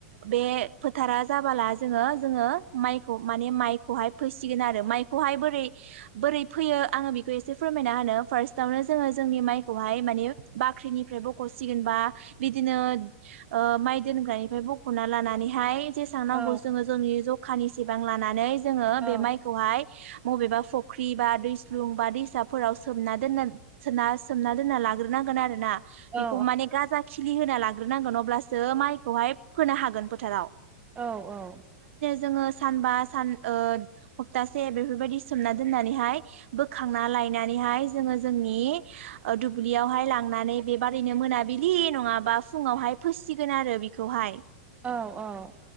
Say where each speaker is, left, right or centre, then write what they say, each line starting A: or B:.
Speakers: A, on the right; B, on the right.
A: बे फोथारा जाबोला जोङो जोङो माइखौ माने माइ खौहाय फोसिगोन आरो माइखौहाय बोरै बोरै फैयो आङो बेखौ एसे फोरमायना होनो फार्सटयावनो जोङो जोंनि माइखौहाय माने बाख्रिनिफ्राय बख'सिगोन बा बिदिनो ओ माइ दोनग्रानिफ्राय बख'ना लानानैहाय जेसेबां नांगौ
B: औ
A: जोङो जोंनि जखानिसेबां लानानै जोङो
B: औ
A: बे माइखौहाय बबेबा फुख्रि बा दैस्लुं बा दैसाफोराव सोमना दोनना सोमना दोनना लाग्रोनां गोन आरो ना ।
B: औ
A: बेखौ माने गाजा खिलि होना लाग्रोनांगोन अब्लासो माइखौहाय फोनो हागोन फोथाराव ।
B: औ औ
A: जोङो सानबा सान ओ हप्तासे बेफोरबायदि सोमना दोन्नानैहाय बोखांना ला नानैहाय जोङो जोंनि ओ दुब्लियाव हाय लांनानै बे बारैनो मोनाबिलि नङाबा फुुंआवहाय फोसिगोन आरो बेखौहाय
B: औ औ